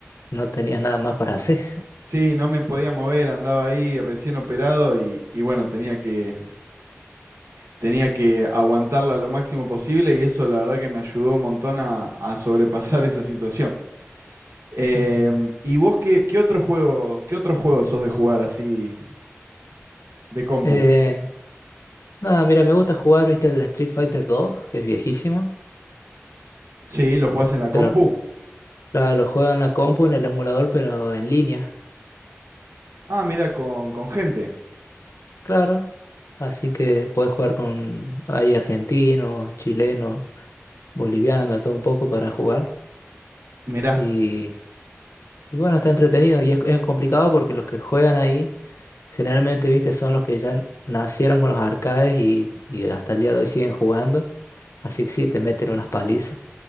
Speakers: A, on the left; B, on the right.
A: no tenías nada más para hacer.
B: Sí, no me podía mover, andaba ahí recién operado y, y bueno, tenía que, tenía que aguantarla lo máximo posible y eso la verdad que me ayudó un montón a, a sobrepasar <laughs> esa situación. Em,
A: Ujú.
B: ¿y vos qué, qué otro juego, qué otro juego sos de jugar así de compu?
A: Eh, nada, mira, me gusta jugar, viste, el Street Fighter 2, que es viejísimo.
B: Sí, ¿lo jugás en la compu?
A: Que lo, claro, lo juego en la compu, en el emulador, pero en línea,
B: Ah, mira, con, con gente.
A: claro. Así que puedes jugar con ahí argentinos, chilenos, bolivianos, de todo un poco para jugar.
B: Mirá,
A: Y, y bueno, está entretenido y es, es complicado porque los que juegan ahí Generalmente, viste, son los que ya nacieron con los arcades y, y hasta el día de hoy siguen jugando. Así que sí, te meten unas palizas.